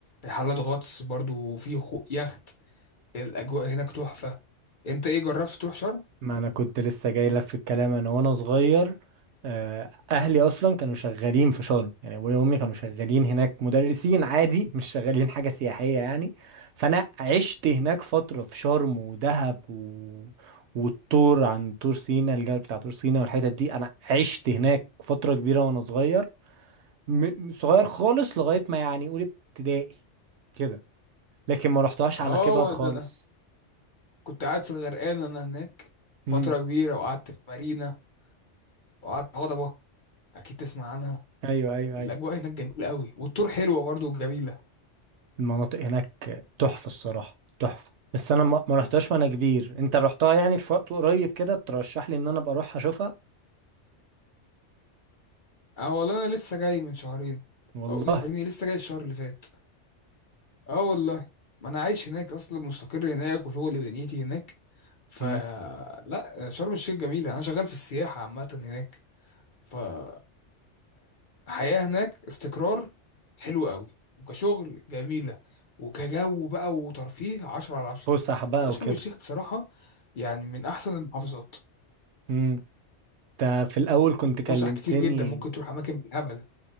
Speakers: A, on the left; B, on the right.
A: رحلات غطس برضو وفي خو- يخت الاجواء هناك تحفة انت ايه جربت تروح شرم
B: ما انا كنت لسه جاي لك في الكلام انا وانا صغير آه، اهلي اصلا كانوا شغالين في شرم يعني ابويا وامي كانوا شغالين هناك مدرسين عادي مش شغالين حاجه سياحيه يعني فانا عشت هناك فتره في شرم ودهب و... والطور عن طور سينا الجبل بتاع طور سينا والحتت دي انا عشت هناك فتره كبيره وانا صغير م... م- صغير خالص لغايه ما يعني اولى ابتدائي كده لكن ما رحتهاش
A: اه
B: على كبر خالص
A: ده انا كنت قاعد في الغرقان انا هناك
B: امم
A: فترة كبيرة وقعدت في مارينا وقعدت في هضبة اكيد تسمع عنها
B: ايوه ايوه
A: الاجواء
B: ايوه
A: هناك جميله قوي والطور حلوه برضو وجميله
B: المناطق هناك تحفة الصراحة تحفة بس انا ما ما رحتهاش وانا كبير انت رحتها يعني في وقت قريب كده ترشح لي ان انا ابقى اروح اشوفها
A: اه والله انا لسه جاي من شهرين
B: والله
A: او لسه شهرين إيه، لسه جاي الشهر اللي فات اه والله ما انا عايش هناك اصلا مستقر هناك وشغلي ودنيتي هناك فلا
B: مم.
A: شرم الشيخ جميله انا شغال في السياحه عامه هناك فكانت حياه هناك استقرار حلو قوي وكشغل جميله وكجو بقى وترفيه عشرة على عشرة
B: فسح بقى
A: لا شرم
B: وكده
A: الشيخ بصراحه يعني من احسن المحافظات
B: مم. انت في الاول كنت كلمتني
A: فسح كتير جدا ممكن تروح اماكن بالهبل